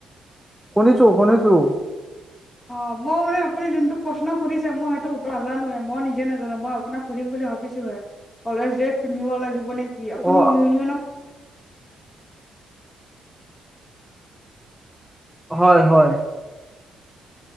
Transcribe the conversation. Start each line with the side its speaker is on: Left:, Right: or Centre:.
Centre: শুনিছোঁ শুনিছোঁ।
Left: অ' মই মানে আপুনি যোনটো প্ৰশ্ন সুধছে মই সেইটো উত্তৰ নাজানোৱে, মই নিজে নাজানো, মই আপোনাক সুধিম বুলি ভাবিছোহে। কলেজ ড্ৰেছ পিন্ধিব লাগিব নেকি, আপুনি
Centre: অ
Left: ইউনিয়নক
Centre: হয় হয়।